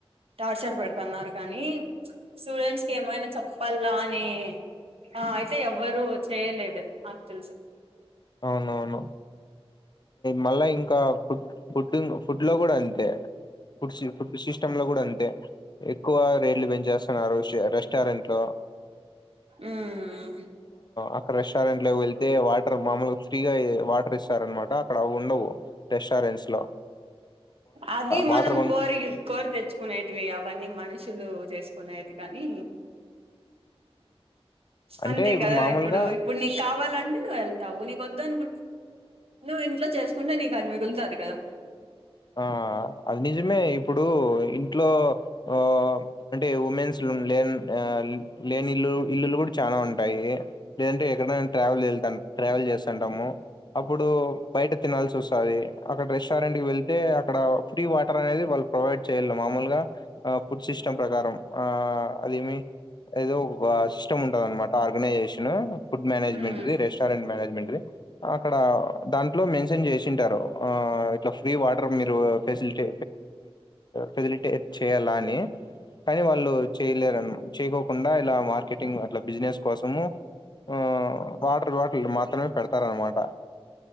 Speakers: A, on the right; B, on the left.
A: టార్చర్ పెడుతున్నారు కానీ స్టూడెంట్స్ ఏమైనా చెప్పలా అని ఆ అయితే ఎవ్వరు చేయలేదు నాకు తెలుసి
B: అవునవును మళ్ళా ఇంకా ఫుడ్ ఫుడ్ ఫుడ్ లో కూడా అంతే ఫుడ్ ఫుడ్ సిస్టమ్ లో కూడా అంతే అ ఎక్కువ రేట్లు పెంచేస్తున్నారు షర్ రెస్టారెంట్ లో
A: ఉమ్
B: అక్కడ రెస్టారెంట్ లో వెళ్తే వా మామలు ఫ్రీగా వాటర్ ఇస్తార అనమాట అక్కడ అ ఉండవు టెస్ట్ లో
A: అది మనం
B: వాటర్ కొను
A: కోరి కోరి తెచ్చుకునేటివి అవన్నీ మనుషులు చేసుకు కొనయది కానీ
B: అంటే
A: అంతే కదా
B: మామూలుగా
A: ఇప్పుడు ఇప్పుడు నీకు కావాలంటే నువ్వు వెళ్తా తావు నీక వద్దు అనుకుంట నువ్వు ఇంట్లో చేసుకుంటే నీకు అని మిగులుతారు కదా
B: ఆ అది నిజమే ఇప్పుడు ఇంట్లో ఆ అంటే ఉమెన్స్ లో లే ఆ లేని ఇల్లు ఇల్లులు కూడా చాలా ఉంటాయి లేదంటే ఎక్కడైనా ట్రావెల్ వెళ్తాను ట్రావెల్ చేసంటాము అప్పుడు బయట తినాల్సి వస్తుంది అక్కడ రెస్టారెంట్ కి వెళ్ళి అక్కడ ఫ్రీ వాటర్ అనేది వాళ్ళు ప్రొవైడ్ చేయ మామూలుగా ఫుడ్ సిస్టమ్ ప్రకారం ఆ లిమిట్ ఏదో ఒక సిస్టమ్ ఉంటద అనమాట ఆర్గనైజేషన్ ఫుడ్ మేనేజ్మెంట్ది
A: మ్మ్
B: రెస్టారెంట్ మేనేజ్మెంట్ది అక్కడ దాంట్లో మెన్షన్ చేసింటారు ఆ ఇట్లా ఫ్రీ వాటర్ మీరు ఫసిలి ఫెసిలిటేట్ చేయాలా అని కానీ వాళ్ళు చేయలేరుని చేయకోకుండా ఇలా మార్కెటింగ్ అట్లా బిజినెస్ కోసము ఆ వాటర్ బాటిల్ మాత్రమే పెడతారనమాట